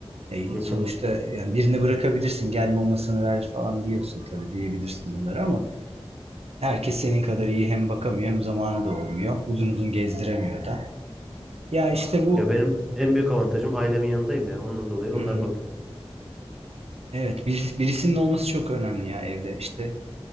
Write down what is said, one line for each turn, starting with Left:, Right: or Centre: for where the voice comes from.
Right: E,
Centre: Hı hı.
Right: sonuçta yani birini bırakabilirsin, gel mamasını ver falan diyorsun tabii diyebilirsin bunları ama herkes senin kadar iyi hem bakamıyor hem zamanı da olmuyor. Uzun uzun gezdiremiyor da. Ya işte bu
Centre: Ya benim en büyük avantajım ailemin yanındayım ya. Ondan dolayı
Right: hmm,
Centre: onlar bakıyor.
Right: Evet, birisi- birisinin olması çok önemli ya evde. İşte